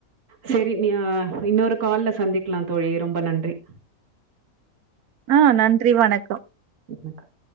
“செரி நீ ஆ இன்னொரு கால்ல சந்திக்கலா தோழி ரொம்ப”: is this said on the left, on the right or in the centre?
Right